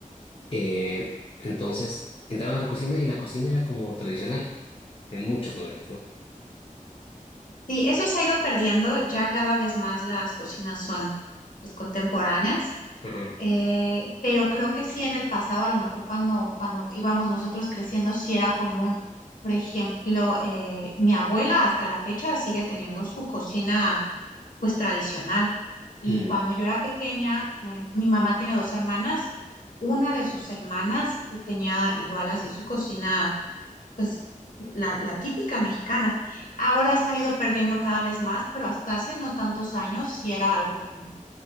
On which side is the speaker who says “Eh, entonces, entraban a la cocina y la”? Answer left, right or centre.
Left